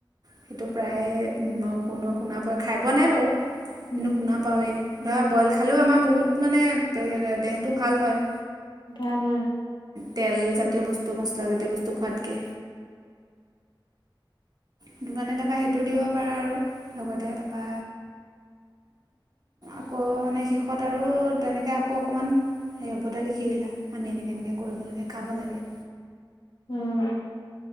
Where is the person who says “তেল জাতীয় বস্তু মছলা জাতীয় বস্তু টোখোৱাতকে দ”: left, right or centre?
Right